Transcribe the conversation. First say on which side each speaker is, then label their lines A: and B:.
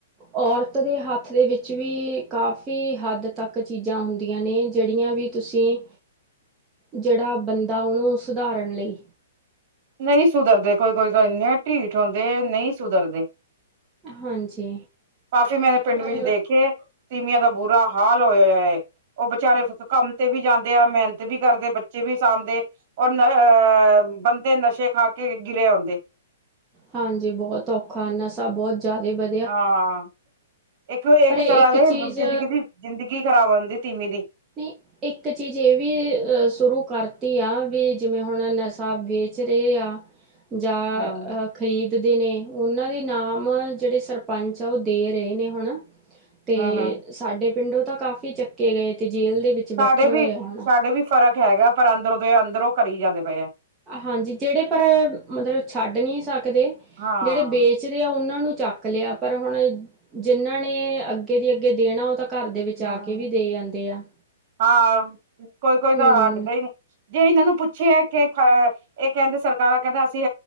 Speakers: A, on the right; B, on the right.
A: ਔਰਤ ਦੇ ਹੱਥ ਦੇ ਵਿੱਚ ਵੀ ਕਾਫ਼ੀ ਹੱਦ ਤੱਕ ਚੀਜ਼ਾਂ ਹੁੰਦੀਆਂ ਨੇ ਜੇੜੀਆਂ ਵੀ ਤੁਸੀਂ ਜੇੜਾ ਬੰਦਾ ਉਨੂੰ ਸੁਧਾਰਨ ਲਈ
B: ਨਈ ਸੁਧਰਦੇ ਕੋਈ-ਕੋਈ ਤਾਂ ਇੰਨੇ ਢੀਠ ਹੁੰਦੇ ਨਈ ਸੁਧਰਦੇ।
A: ਹਾਂਜੀ
B: ਕਾਫੀ ਮੈਂਨੇ ਪਿੰਡ
A: ਪਰ
B: ਵਿੱਚ ਦੇਖੇ ਤੀਮੀਆਂ ਦਾ ਬੁਰਾ ਹਾਲ ਹੋਇਆ ਏ। ਉਹ ਬੇਚਾਰੇ ਕੰਮ ਤੇ ਵੀ ਜਾਂਦੇ ਆ। ਮੇਹਨਤ ਵੀ ਕਰਦੇ ਬੱਚੇ ਵੀ ਸਾਂਭਦੇ ਔਰ ਅਹ ਬੰਦੇ ਨਸ਼ੇ ਖਾ ਕੇ ਗਿਰੇ ਹੁਂਦੇ
A: ਹਾਂਜੀ ਬਹੁਤ ਔਖਾ, ਨਸ਼ਾ ਬਹੁਤ ਜ਼ਿਆਦਾ ਬ
B: ਹਾਂ ਇੱਕ-ਇੱਕ
A: ਪਰ ਇੱਕ
B: ਤਰ੍ਹਾਂ ਦੇ
A: ਚੀਜ਼
B: ਜਿੰਦਗੀ ਦੀ ਜ਼ਿੰਦਗੀ ਖ਼ਰਾਬ ਆਦੀ ਤੀਮੀਂ ਦੀ
A: <unintelligible> ਇੱਕ ਚੀਜ਼ ਇਹ ਵੀ ਸ਼ੁਰੂ ਕਰਤੀ ਆ ਵੀ ਜਿਵੇਂ ਹੁਣ ਨਸ਼ਾ ਵੇਚ ਰਹੇ ਆ ਜਾਂ
B: ਹਮ
A: ਅ ਖ਼ਰੀਦਦੇ ਨੇ ਉਹਨਾਂ ਦੇ ਨਾਮ ਜਿਹੜੇ ਸਰਪੰਚ ਆ ਉਹ ਦੇ ਰਹੇ ਨੇ ਹੁਣ ਤੇ
B: ਹਮ ਹਮ
A: ਸਾਡੇ ਪਿੰਡੋਂ ਤਾਂ ਕਾਫੀ ਚੱਕੇ ਗਏ, ਤੇ ਜੇਲ੍ਹ ਦੇ ਵਿੱਚ ਬੈਠੇ
B: ਸਾਡੇ
A: ਹੋਏ
B: ਵੀ
A: ਹਨ
B: ਸਾਡੇ ਵੀ ਫ਼ਰਕ ਹੈਗਾ। ਪਰ ਅੰਦਰੋਂ ਦੇ ਅੰਦਰੋਂ ਕਰੀ ਜਾਂਦੇ ਪਏ ਆ।
A: ਹਾਜੀ ਜਿਹੜੇ ਪਰ ਮਤਲਬ ਛੱਡ ਨੀ ਸਕਦੇ।
B: ਹਾਂ
A: ਜਿਹੜੇ ਬੇਚ ਬੇਚਦੇ ਆ ਉਹਨਾਂ ਨੂੰ ਚੱਕ ਲਿਆ। ਪਰ ਹੁਣ ਜਿਹਨਾਂ ਨੇ ਅੱਗੇ ਦੀ ਅੱਗੇ ਦੇਣਾ ਉਹ ਤਾਂ ਘਰ ਦੇ ਵਿੱਚ
B: ਹਮ
A: ਆ ਕੇ ਵੀ ਦੇ ਜਾਂਦੇ ਆਂ।
B: ਹਾਂ ਕੋਈ-ਕੋਈ
A: ਹੂੰ,
B: ਤਾਂ ਹਡਦਾ ਈ ਨੀ ਜੇ ਇਹਨਾਂ ਨੂੰ ਪੁੱਛਿਆ ਕਿ ਇਹ ਕਹਿੰਦੇ ਸਰਕਾਰਾਂ ਕਹਿੰਦੇ ਅਸੀਂ